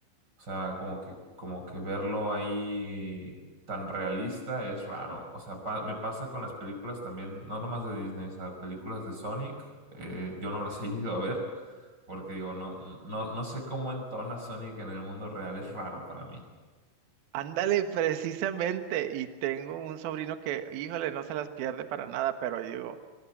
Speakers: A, on the right; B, on the right.
A: O sea, como que, como que verlo ahí tan realista es raro. O sea, pa- me pasa con las películas también, no nomás de Disney, o sea, películas de Sonic, eh, yo no las he <laughs> ido a ver porque digo, no, no, no sé cómo entona Sonic en el mundo real, es raro para mí.
B: Ándale, precisamente, y tengo un sobrino que, híjole, no se las pierde para nada, pero digo,